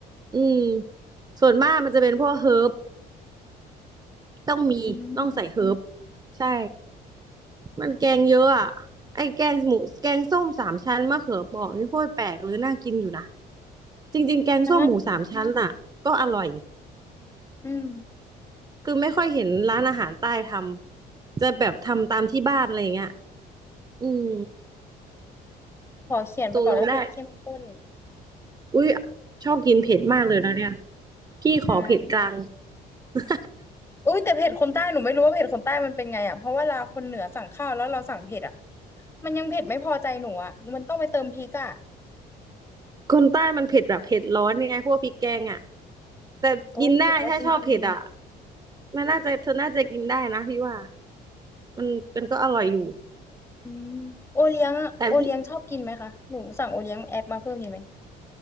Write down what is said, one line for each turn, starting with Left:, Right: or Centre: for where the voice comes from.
Right: อืมส่วนมากมันจะเป็นพวกเฮิร์บต้องมีต้องใส่เฮิร์บ
Left: อืม
Right: ใช่ มันแกงเยอะอ่ะไอ้แกงหมูแกงส้มสามชั้นมะเขือเปราะนี่โคตรแปลกหรือน่ากินอยู่นะจริงๆแกงส้มหมูสามชั้นอ่ะก็อร่อย
Left: ดังนั้นอืม
Right: คือไม่ค่อยเห็นร้านอาหารใต้ทำจะแบบทำตามที่บ้านอะไรอเงี้ยอืม
Left: ขอเขียนไปก่อนว่าเผ็ดเข้มข้น
Right: ตกลงได้อุ้ยชอบกินเผ็ดมากเลยนะเนี่ยพี่ขอเผ็ดกลาง
Left: ใช่
Right: <laughs>
Left: อุ้ยแต่เผ็ดคนใต้หนูไม่รู้ว่าเผ็ดคนใต้มันเป็นไงอ่ะเพราะว่าเราคนเหนือสั่งข้าวแล้วเราสั่งเผ็ดอ่ะมันยังเผ็ดไม่พอใจหนูอ่ะมันต้องไปเติมพริกอ่ะ
Right: คนใต้มันเผ็ดแบบเผ็ดร้อนไงพวกพริกแกงอ่ะแต่กินได้ถ้าชอบเผ็ดอ่ะ
Left: โอ้หรือว่าจริง
Right: มันน่าจะเธอน่าจะกินได้นะพี่ว่ามันมันก็อร่อยอยู่
Left: อืมโอเลี้ยงอะโอเลี้ยงชอบกินไหมคะหนูสั่งโอเลี้ยงแอปมาเพิ่มดีไหม
Right: แต่พี่